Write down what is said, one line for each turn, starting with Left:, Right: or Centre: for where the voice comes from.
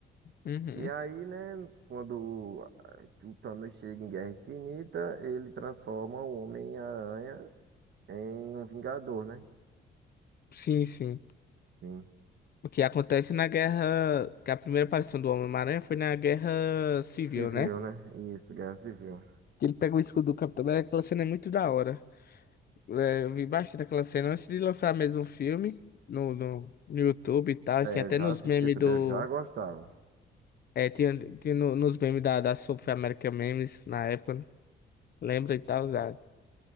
Left: Uhum.
Right: E aí, né, quando ah, o Thanos chega em Guerra Infinita, ele transforma o Homem-Aranha em um Vingador, né?
Left: Sim, sim.
Right: Sim.
Left: O que acontece na guerra. Que a primeira aparição do Homem-Aranha foi na guerra civil,
Right: Civil,
Left: né?
Right: né? Isso, Guerra Civil.
Left: que Ele pega o escudo do Capitão América, aquela cena é muito da hora. É, eu vi bastante aquela cena antes de lançar mesmo o filme no, no, no YouTube e tal.
Right: É,
Left: Tinha até
Right: eu já
Left: nos
Right: assisti
Left: memes
Right: também,
Left: do.
Right: eu já gostava.
Left: É, tinha, tinha no- nos memes da, da South America Memes na época, né? Lembra e tal, já.